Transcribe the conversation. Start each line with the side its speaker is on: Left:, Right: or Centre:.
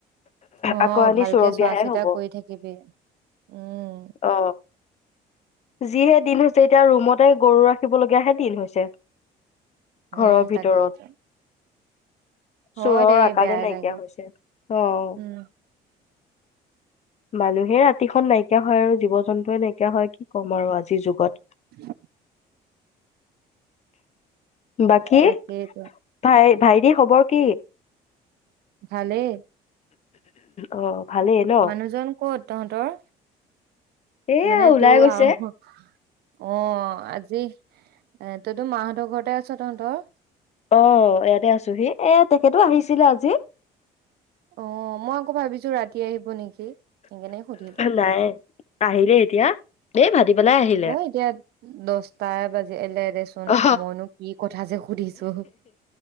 Right: অ'
Left: আকৌ আনি
Right: ভালকে
Left: চোৰক
Right: চোৱা
Left: দিয়াহে
Right: চিতা
Left: হ'ব
Right: কৰি থাকিবি উম।
Left: অ যিহে দিন হৈছে এতিয়া ৰুমতে গৰু ৰাখিবলগীয়াহে দিন হৈছে ঘৰৰ
Right: উম,
Left: ভিতৰত
Right: তাকেইতো। হয়
Left: চোৰৰ
Right: দে
Left: আকালে
Right: বেয়াই
Left: নাইকিয়া
Right: লাগে।
Left: হৈছে আহ।
Right: উম,
Left: মানুহে ৰা কাতিখন নাইকিয়া হয় আৰু জীৱ জন্তুৱে নাইকিয়া হয় কি ক'ম আৰু আজিৰ যুগত
Right: <inaudible>
Left: বাকী
Right: তাকেইতো।
Left: ভাই ভাইটি খবৰ কি?
Right: ভালেই।
Left: অ', ভালেই ন?
Right: মানুহজন ক'ত তহঁতৰ?
Left: এয়া
Right: মানে
Left: ওলাই
Right: তোৰ
Left: গৈছে।
Right: আৰু অ', আজি এ, তইতো মাহঁতৰ ঘৰতে আছ তহঁতৰ?
Left: অ', ইয়াতে আছো সি এ, তেখেতো আহিছিলে আজ জি
Right: অ', মই আকৌ ভাবিছোঁ ৰাতি আহিব নেকি সেইকাৰণে সুধিলোঁ।
Left: নাই আহিলে এতিয়া এই ভাটি বেলাই আহিলে।
Right: অ', এতিয়া দচটা বাজিলে দেচোন
Left: অ'
Right: মইনো কি কথা যে সুধিছোঁ,